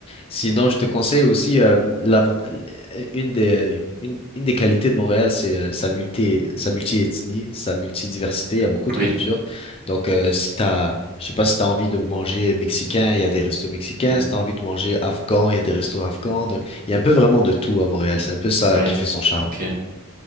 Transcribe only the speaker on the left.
Sinon, je te conseille aussi euh, l'avant- euh, une des une, une des qualités de Montréal, c'est euh, sa multi sa multi-ethnie, sa multidiversité. Il y a beaucoup de
cultures. Donc, euh, si t'as je sais pas si t'as envie de manger mexicain, il y a des restos mexicains.
Si t'as envie de manger afghan, il y a des restos afghans. Donc, il y a un peu vraiment de tout à Montréal. C'est un peu ça
qui fait son charme.